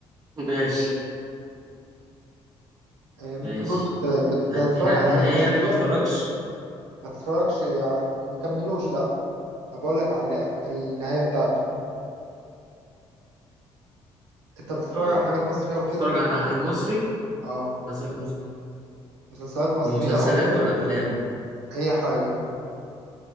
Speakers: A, on the right (about 25°); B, on the right (about 80°).
A: <laughs> ماشي
B: آه، ممكن
A: ماشي
B: برضو ت- بتتفرج
A: هتحرق
B: على
A: لي
B: حاجات
A: النهاية
B: مصرية
A: يعني ما اتفرجش
B: ما تتفرجش على ما كملوش لا هبقول لك على النهاية بتاعته انت بتتفرج
A: طيب
B: على حاجات مصرية
A: انت
B: وكده
A: بتتفرج على المصري
B: اه
A: قصدك مس-
B: مسلسلات مصرية
A: مسلسلات
B: او افلام
A: ولا افلام
B: اي حاجة